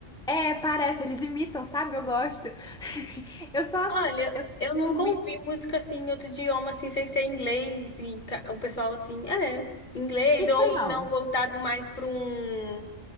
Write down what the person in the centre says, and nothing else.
é, parece, eles imitam, sabe? Eu gosto. <laughs> Eu só
sou, eu
sou muito
espanhol.